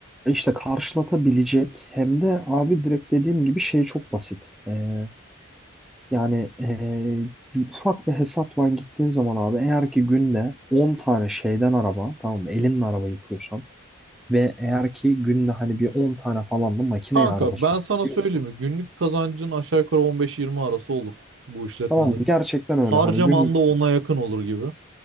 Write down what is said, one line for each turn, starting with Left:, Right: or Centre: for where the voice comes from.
Centre: E İşte karşılatabilecek hem de abi direkt dediğim gibi şey çok basit. Ee, yani ee, ufak bir hesapla gittiğin zaman abi eğer ki günde 10 tane şeyden araba tamam mı? Elinle araba yıkıyorsan Ve eğer ki günde hani bir 10 tane falan da makineye
Right: Kanka
Centre: araba sokabiliyorsun.
Right: ben sana söyleyeyim mi? Günlük kazancın aşağı yukarı 15-20 arası olur bu işletmede.
Centre: Tamam mı? Gerçekten öyle
Right: Harcaman
Centre: hani günlük
Right: da ona yakın olur gibi.